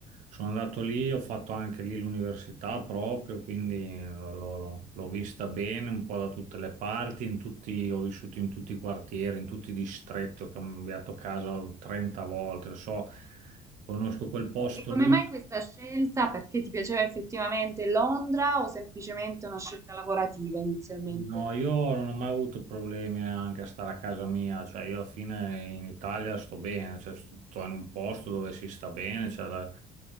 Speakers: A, on the right; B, on the right.
A: Sono andato lì, ho fatto anche lì l'università proprio, quindi eh, l'ho l'ho- l'ho vista bene un po' da tutte le parti, in tutti- ho vissuto in tutti i quartieri, in tutti i distretti, ho cambiato casa 30 volte, lo so, conosco quel posto
B: E come
A: lì.
B: mai questa scelta? Perché ti piaceva effettivamente Londra o semplicemente una scelta lavorativa inizialmente?
A: No, io non ho mai avuto problemi anche a stare a casa mia, cioè io alla fine in Italia sto bene, cioè, sto in un posto dove si sta bene, c'è la-